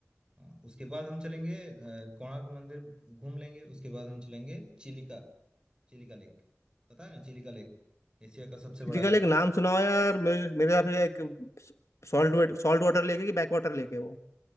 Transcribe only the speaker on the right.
हाँ, उसके बाद हम चलेंगे अ, कोणार्क मंदिर घूम लेंगे उसके बाद हम चलेंगे चिलिका चिलिका लेक पता है ना चिलिका लेक एशिया का सबसे बड़ा
लेक
है